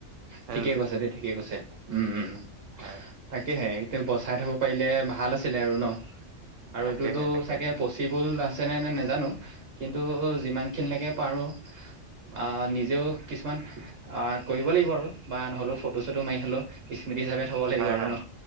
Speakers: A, on the right (about 80°); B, on the right (about 60°).
A: হয়
B: ঠিকে
A: নহয়
B: কৈছে দেই ঠিকে কৈছে। উম, উম, উম
A: হয়
B: তাকেহে তেওঁ বচাই থব পাৰিলে ভাল আছিলে আৰু ন। আৰু
A: তাকেহে
B: এইটোতো
A: তাকেহে
B: চাগে পচিবল আছে নে নে নেজানো। কিন্তু যিমানখিনিলেকে পাৰোঁ আ, নিজেও কিছুমান আ, কৰিব লাগিব আৰু বা নহলেওঁ ফ বস্তুটো মাৰি হলেও স্মৃতি হিচাপে থব লাগিব
A: হয়
B: আৰু
A: হয়
B: ন